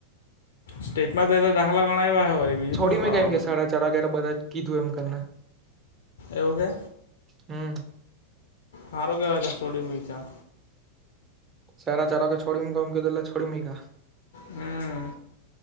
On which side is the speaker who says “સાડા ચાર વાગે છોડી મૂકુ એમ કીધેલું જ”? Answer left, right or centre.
Right